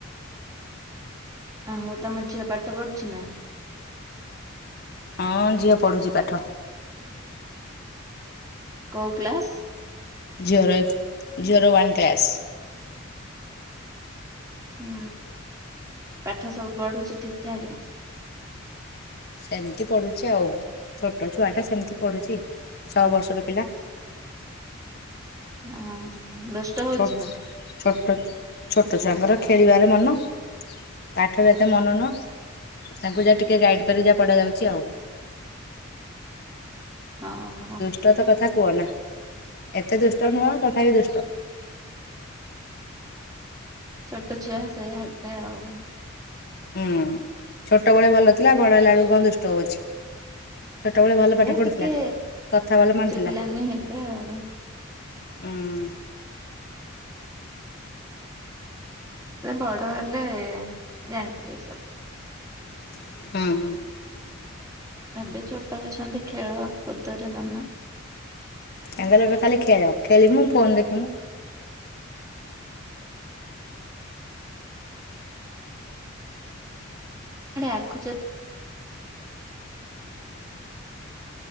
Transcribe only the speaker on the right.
ଓହୋ ତମ ଝିଅ ପାଠ ପଢୁଚି ନା?
କୋଉ କ୍ଲାସ୍?
ହୁଁ ପାଠ ସବୁ ପଢୁଛି ଠିକ୍ ଠାକ୍?
ଅହଁ ଦୁଷ୍ଟ ହୋଉଚିନା?
ହଁ ହଁ।
ଛୋଟ ଛୁଆ ସେଇଆ ହେବେ ଆଉ।
ଏ
ଟିକେ
ଚୁଗୁଲାମି ହେବେ ଆଉ।
ସେବଡ଼ ହେଲେ ଜାଣି ପାରିବ ସବୁ।
ଏବେ ଛୋଟ ଅଛନ୍ତି ଖେଳ କୁଦରେ ମନ।
<unintelligible>